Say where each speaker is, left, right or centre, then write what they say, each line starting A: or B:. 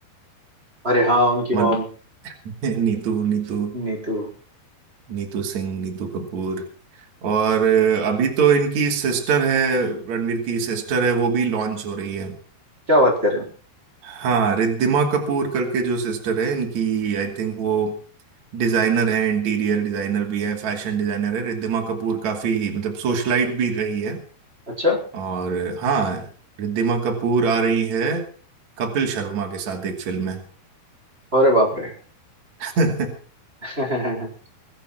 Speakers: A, on the right; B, on the right.
A: अरे हाँ उनकी
B: मद
A: मॉम
B: <laughs> नीतू नीतू
A: नीतू
B: नीतू सिंह नीतू कपूर और अ, अभी तो इनकी सिस्टर है रणवीर की सिस्टर है वो भी लॉन्च हो रही है
A: क्या बात कर रहे हो
B: हाँ रिद्धिमा कपूर करके जो सिस्टर है इनकी आई थिंक वो डिजाइनर है इंटीरियर डिजाइनर भी है फैशन डिजाइनर है रिद्धिमा कपूर काफी मतलब सोशलाइट भी रही है
A: अच्छा
B: और हाँ रिद्धिमा कपूर आ रही है कपिल शर्मा के साथ एक फिल्म है
A: अरे बाप
B: <laughs>
A: रे <laughs>